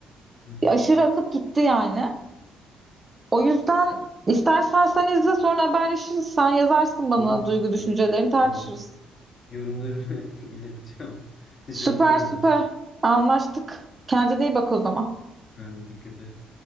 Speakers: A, on the left; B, on the right.
A: hı hı.
B: Bir aşırı akıp gitti yani. O yüzden istersen sen izle sonra haberleşiriz. Sen yazarsın bana
A: Olur,
B: duygu
A: olur.
B: düşüncelerini tartışırız.
A: Tamam. Yorumlarımı <laughs> ileteceğim. Teşekkürler
B: Süper
A: Öner.
B: süper anlaştık. Kendine iyi bak o zaman.
A: Sen de dikkat et.